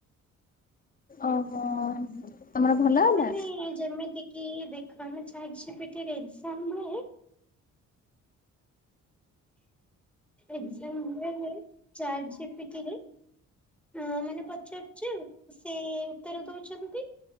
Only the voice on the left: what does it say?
ଓହୋ ତମର ଭଲ? ହେଲା